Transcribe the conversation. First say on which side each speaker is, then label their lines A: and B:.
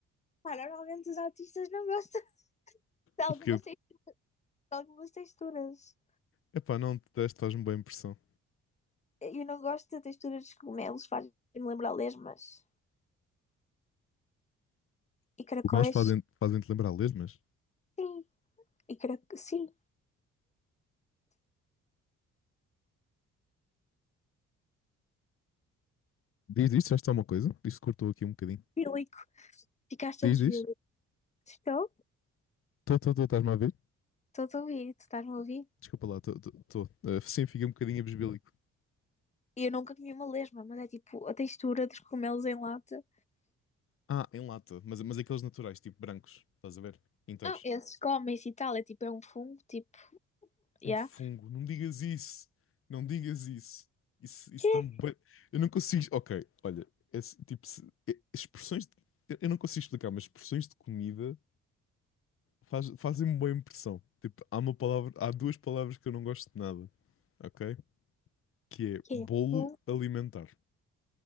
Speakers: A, on the left; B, on the left.
A: Pá, normalmente os autistas não gostam <laughs> de algumas,
B: O quê?
A: de algumas texturas.
B: Epá, não, detesto, faz-me boa impressão.
A: Eu não gosto de texturas dos cogumelos, faz-me lembrar lesmas e caracóis.
B: Nós fazem, fazem-te lembrar lesmas?
A: Sim, e carac... sim.
B: Diz, diz, faz-te alguma coisa? Isto cortou aqui um bocadinho.
A: Bílico. Ficaste-me
B: Diz, diz.
A: bílico. Estou?
B: Estou, estou, estás-me a ver?
A: Estou a ouvir, tu estás-me a ouvir?
B: Desculpa lá, estou, estou. estou. Ah, sim, fiquei um bocadinho abisbélico.
A: E Eu nunca comi uma lesma, mas é tipo a textura dos cogumelos em lata.
B: Ah, em lata, mas, mas aqueles naturais, tipo brancos, estás a ver? Inteiros.
A: Ah, esses comem-se e tal, é tipo, é um fungo, tipo, yeah.
B: Um fungo, não digas isso. Não digas isso. Isso, isso
A: Que?
B: dá-me bué- Eu não consigo. Ok, olha, esse, tipo, se- e- expressões. de- Eu eu não consigo explicar, mas expressões de comida faz- fazem-me boa impressão. Tipo, há uma palavra, há duas palavras que eu não gosto de nada, ok? Que é
A: Que
B: bolo
A: é? Fungo?
B: alimentar,